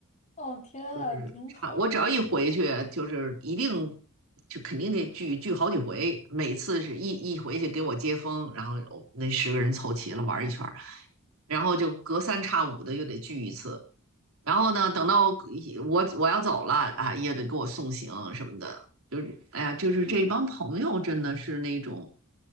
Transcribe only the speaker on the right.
就是差我只要一回去，
就是一定就肯定得聚聚好几回。每次是一一回去给我接风，然后我那十个人凑齐了玩儿一圈。然后就隔三差五的又得聚一次。然后呢，等到我我要走了啊，也得给我送行什么的。就是哎呀，就是这帮朋友真的是那种，